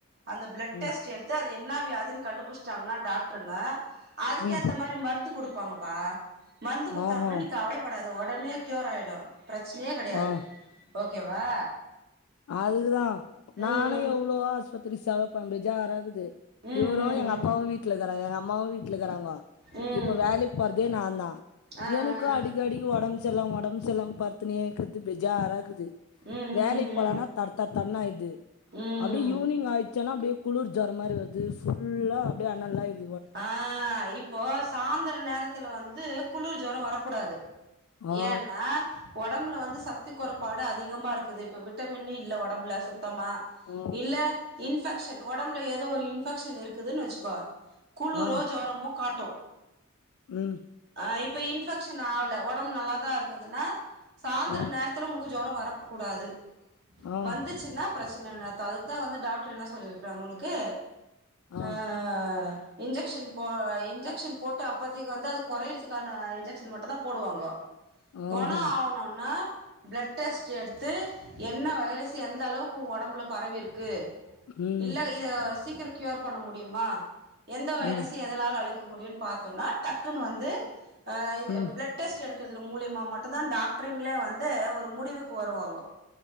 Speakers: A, on the right (about 50°); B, on the left (about 85°).
A: அந்த பிளட்
B: ம்
A: டெஸ்ட் எடுத்து அது என்னா வியாதின் கண்டு புட்ச்டாங்கனா டாக்டருங்க அதுக்கேத்த
B: ம்
A: மாரி மருந்து குடுப்பாங்கப்பா மருந்து குட்த்தாங்கனா
B: ஆஹா
A: நீ கவலயே படாத ஒடனே கியூர் ஆயிடு பிரச்சனையே கெடையாது
B: ஆ
A: ஓகேவா
B: அதுக்குதா நானு
A: ம்
B: எவ்ளோ ஆஸ்பத்திரி செலவு பண்றத் பேஜாராக்குது
A: ம்
B: இவரு
A: ம்
B: எங்க அப்பாவு வீட்ல இக்கறாங்க எங்க அம்மாவு வீட்ல இக்கறாங்கோ
A: ம் ம் ம்
B: இப்ப வேலைக் போறதே நா தா
A: ஆ
B: எனுக்கு
A: ஆ ஆ
B: அடிக்கடிக் ஒடம் செர்லாம ஒடம் செர்லாம படுத்துனேக்கற்து பெஜாரா ருக்குது
A: ம்
B: வேலைக்
A: ம்
B: பலனா படுத்தா தண்ணாயிர்து
A: ம்
B: அப்டியே
A: ம்
B: ஈவுனிங் ஆய்டுச்சன்னா அப்டேயே குளுர் ஜொரோ மாரி வருது ஃபுல்லா அப்டியே அண்ணாந்து தா ஆய்ருது
A: ஆ இப்போ சாந்தர நேரத்துல வந்து குளுர் ஜொரோ வரக்கூடாது
B: ஆ
A: ஏனா ஒடம்புல வந்து சத்து கொறப்பாடு அதிகமாக இருக்குது இப்போ விட்டமின்னே இல்ல ஒடம்புல சுத்தமா
B: ஆ
A: இல்ல இன்ஃபெக்ஷன் ஒடம்புல ஏதோ ஒரு இன்ஃபெக்ஷன் இருக்குதுன் வச்சுக்கோ குளுரோ
B: ஆ
A: ஜொரமோ காட்டு
B: ம்
A: ஆ இப்ப இன்ஃபெக்ஷன் ஆவுல ஒடம்பு நல்லாதா இருக்குதுனா சாந்தர
B: ஆ
A: நேரத்துல உனக்கு ஜொரோ வரக் கூடாது
B: ஆ
A: வந்துச்சுனா பிரச்சன நா த அதுக்தா வந்து டாக்டர் என்ன சொல்லியிருக்றாங் உனக்கு
B: ஆ
A: அ இன்ஜெக்ஷன் போ இன்ஜெக்ஷன் போட்டு அப்போத்திக்கு வந்து அது கொறையறதுக்கான இன்ஜெக்ஷன் மட்டு தா போடுவாங்கோ கொணோ
B: ஆஹா
A: ஆவுனுன்னா ப்ளட் டெஸ்ட்டு எடுத்து என்ன வைரஸ் எந்த அளவுக்கு உங் ஒடம்புல பரவிருக்கு
B: ம்
A: இல்ல இத சீக்கிரோ கியூர் பண்ண முடியுமா எந்த வைரஸு
B: ம்
A: எ தலால அழிக்க முடியுன் பாத்தோனா டக்குனு வந்து ஆ இந்த
B: ம்
A: பிளட் டெஸ்ட் எடுக்கிறதுல மூலியமா மட்டு தா டாக்டருங்ளே வந்து ஒரு முடிவுக்கு வருவாங்கோ